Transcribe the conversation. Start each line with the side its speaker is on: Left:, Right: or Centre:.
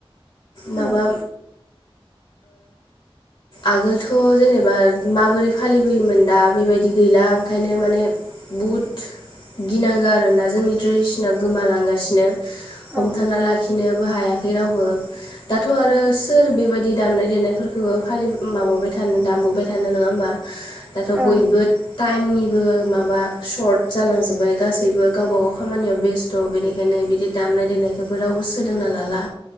Left: माबा
Right: औ
Left: आगोलथ जेनेबा माबोरै फालिबोयोमोन दा बेबायदि गैला ओंखायनो माने बुहुद गिनांगौ आरोना जोंनि ट्रेडिसनााव गोमालांगासिनो हमथाना
Right: औ
Left: लाखि लाखिनोबो हायाखै रावबो दाथ
Right: ओं
Left: आरो सोर बेबायदि दामनाय देनायफोरखौबो फालि माबाय थानो दामबोबाय थानो नङा होमबा दाथ
Right: ओं
Left: बयबो टाइमनिबो माबा सर्ट जालांजोब्बाय गासैबो गावबा गाव खामानियाव बेस्थ बेनिखायनो बिदि दामनाय देनायखौबो रावबो सोलों लाला